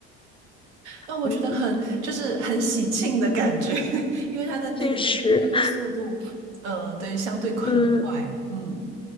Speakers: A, on the right; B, on the left.
A: 啊，我觉得很就是很喜庆的感觉，
B: <laughs> 嗯。
A: <laughs> 因为它的那个音乐速度，
B: 确实，
A: 呃，对，相对很快，
B: 嗯
A: 嗯。